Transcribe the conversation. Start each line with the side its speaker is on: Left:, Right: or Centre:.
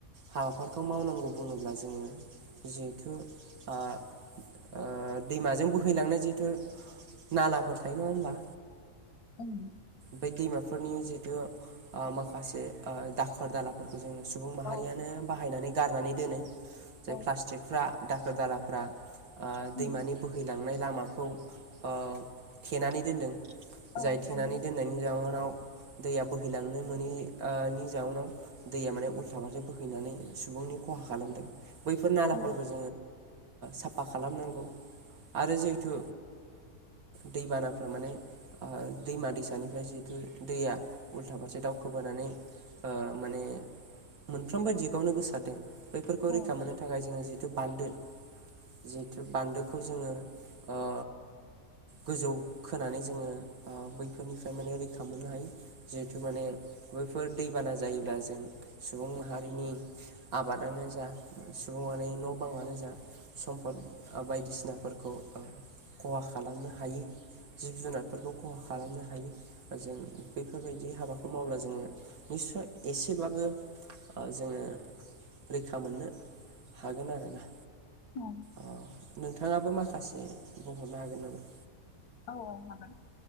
Right: हाबाफोरखौ मावनांगौ बुङोब्ला जोङो जिहेथु ओ ओ दैमाजों बोहैलांनाय जिहेथु नालाफोर थायो नङा होमबा।
Left: उम
Right: बे दैमाफोरनि जिहेथु ओ माखासे ओ दाखोर दाला फोरफोरखौ जों सुबुं माहारियानो
Left: औ
Right: बाहायनानै गारनानै दोनो जाय
Left: औ
Right: प्लास्टिकफ्रा दाखोर दालाफ्रा ओ
Left: उम
Right: दैमानि बोहैलांनाय लामाखौ ओ थेनानै दोनदों
Left: औ
Right: जाय
Left: हागोन
Right: थेनानै दोननाय नि जाउनाव दैया बोहैलांनो मोनि नि जाउनाव दैया माने उल्था फारसे बोहैनानै सुबुंनि खहा खालामदों। बैफोर नालाफोरखौ
Left: औ
Right: साफा खालामनांगौ आरो जिहेथु दैबानाफ्रा माने औ दैमा दैसानिफ्राय जिहेथु दैया उल्था फारसे दाउखो हाबोनानै माने मोनफ्रोमबो दिगावनो गोसारदों। बैफोरखौ
Left: औ
Right: रैखा मोननो थाखाय जों जिथु बान्दो जिहेथु बान्दोखौ जोङो ओ गोजौ खोनानै जोङो बैफोरनिफ्राय माने रैखा मोननो हायो। जिहेथु माने बैफोर दैबाना जायोब्ला जों सुबुं माहारिनि आबादानो जा सुबङानि न' बाङानो जा सम पत बायदिसिनाफोरखौ खहा खालामनो हायो। जिब जुनारफोरखौ खहा खालामनो हायो जों बैफोरबायदि हाबाखौ मावब्ला जोङो निस्वय एसेब्लाबो जोङो रैखा मोननो हागोन आरो ना
Left: औ
Right: अ नोंथाङाबो माखासे बुंहरनो हागोन नामा
Left: औ हागोन